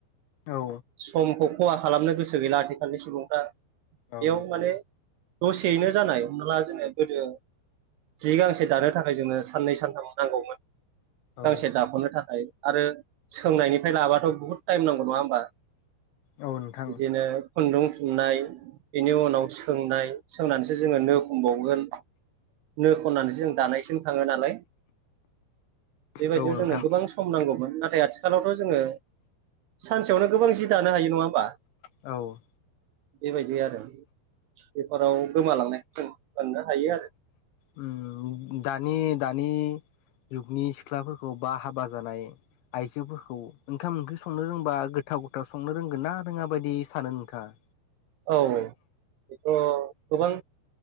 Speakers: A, on the left; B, on the right.
A: औ
B: समखौ खहा खालामनो गोसो गैला आथिखालनि सुबुंफ्रा
A: औ
B: बेयाव माने दसेैनो जानाय हमना ला जोङो गोदो जि गांसे दानो थाखाय जोंनो साननै सानथाम नांगौमोन
A: औ
B: गांसे दाफ'नो थाखाय आरो सोंनायनिफ्राय लाबाथ' बहुद टाइम नांगौ नङा होमबा
A: औ नोंथां
B: बिदिनो खुन्दुं थुननाय बेनि उनाव सोंनाय सोंनानैसो जोङो नो खमबावगोन नो खननानैसो जों दानायसिम थाङो नालाय बेबायदियाव
A: औ नोंथां
B: जोंनो गोबां सम नांगौमोन नाथाय आथि खालावथ' जोङो सानसेयावनो गोबां जि दानो हायो नङा होमबा
A: औ
B: बेबायदि आरो बेफोराव गोमालांनाय हायो आरो
A: उम दानि दानि जुगनि सिख्लाफोरखौ बा हाबा जानाय आइजोफोरखौ ओंखाम ओंख्रि संनो रोंबा गोथाव गोथाव संनो रोंगोन ना रोङा बायदि सानो नोंथाङा
B: औ बेथ' गोबां